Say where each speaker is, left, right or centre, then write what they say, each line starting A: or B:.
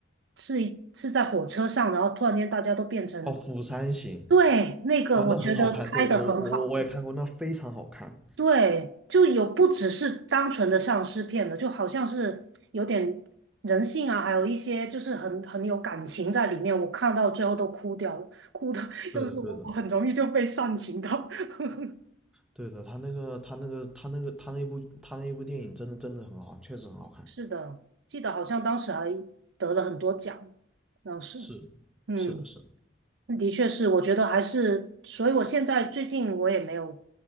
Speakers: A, on the right (about 60°); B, in the centre.
A: 是一是在火车上，然后突然间大家都变成，
B: 哦，《釜山行》
A: 对，那个我觉得拍的很好，
B: 啊，那很好看，对我我我我也看过，那非常好看。
A: 对，就有不只是单纯的丧尸片了，就好像是有点人性啊，还有一些就是很很有感情在里面。我看到最后都哭掉了，哭的 <laughs>
B: 对的对的
A: 又是我，我很容易就被煽情到。<laughs>
B: 对的，他那个他那个他那个他那一部他那一部电影真的真的很好看确实很好看。
A: 是的，记得好像当时还得了很多奖，当时，
B: 是，
A: 嗯，
B: 是的，是的。
A: 的确是，我觉得还是，所以我现在最近我也没有